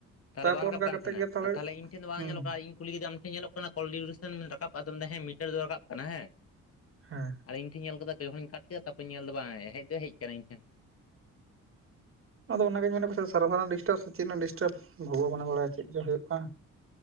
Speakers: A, on the left (about 50°); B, on the right (about 45°).
A: ᱛᱟᱦᱚᱞᱮ
B: ᱛᱟᱨᱯᱚᱨ
A: ᱵᱟᱝ ᱨᱟᱠᱟᱵ
B: ᱚᱱᱠᱟ
A: ᱠᱟᱱ
B: ᱠᱟᱛᱮᱜ
A: ᱛᱟᱦᱮᱸᱱᱟ
B: ᱜᱮ ᱛᱟᱦᱚᱞᱮ
A: ᱛᱟᱞᱦᱮ ᱤᱧ ᱴᱷᱮᱱ ᱫᱚ ᱵᱟᱝ
B: ᱦᱩᱸ
A: ᱧᱮᱞᱚᱜ ᱠᱟᱱᱟ ᱤᱧ ᱠᱩᱞᱤ ᱠᱮᱫᱟ ᱧᱮᱞᱚᱜ ᱠᱟᱱᱟ ᱠᱚᱞ ᱰᱤᱭᱩᱨᱮᱥᱚᱱ ᱨᱟᱠᱟᱵ ᱟ ᱦᱮᱸ ᱢᱤᱴᱟᱨ ᱫᱚ ᱨᱟᱠᱟᱵ ᱠᱟᱱᱟ ᱦᱮᱸ
B: ᱦᱮᱸ
A: ᱟᱨ ᱤᱧ ᱧᱮᱞ ᱠᱮᱫᱟ ᱡᱚᱭᱱᱤᱧ ᱠᱟᱱ ᱜᱮᱭᱟ ᱛᱟᱨᱛᱚᱨᱮ ᱧᱮᱞ ᱮ ᱵᱟᱝ ᱦᱮᱡ ᱫᱚ ᱦᱮᱡ ᱟᱠᱟᱱᱟ ᱤᱧ ᱴᱷᱮᱱ ᱦᱚᱸ
B: ᱟᱫᱚ ᱚᱱᱟᱜᱮ ᱢᱮᱱᱮᱫ ᱠᱚ ᱥᱟᱨᱵᱟᱨ ᱨᱮ ᱰᱤᱥᱴᱟᱵᱽ ᱥᱮ ᱪᱮᱫ ᱰᱤᱥᱴᱟᱵᱽ ᱵᱷᱚᱜᱚᱵᱟᱱ ᱜᱮᱭᱟ ᱵᱟᱲᱟᱭᱟ ᱪᱮᱫ ᱪᱚ ᱦᱩᱭᱩᱜ ᱠᱟᱱ᱾